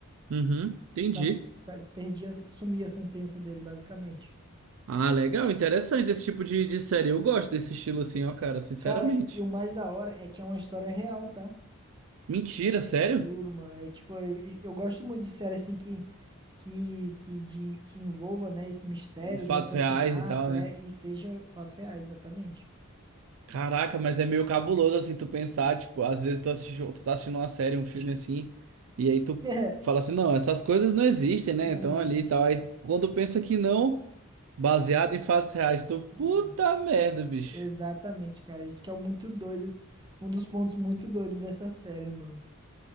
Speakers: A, on the right (about 65°); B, on the right (about 20°).
A: Uhum, entendi.
B: Ficava, fica- perdia, sumia a sentença dele, basicamente.
A: Ah, legal, interessante esse tipo de, de série. Eu gosto desse estilo assim, ó, cara, sinceramente.
B: Cara, e o mais da hora é que é uma história real, tá?
A: Mentira, sério?
B: Juro, mano. É tipo, eu, eu gosto muito de série assim que que que, de- que envolva, né, esse mistério
A: Fatos
B: do assassinato,
A: reais e tal,
B: é,
A: né?
B: e seja fatos reais, exatamente.
A: Caraca, mas é meio cabuloso assim tu pensar, tipo, às vezes tu assiste, tu tá assistindo uma série, um filme assim, e aí tu
B: <laughs>
A: fala assim, não, essas coisas não existem, né?
B: Não
A: Então
B: existe.
A: ali e tal. Aí quando pensa que não, baseado em fatos reais, tu, puta
B: Hum.
A: merda, bicho.
B: Exatamente, cara. Isso que é o muito doido. Um dos pontos muito doidos dessa série, mano.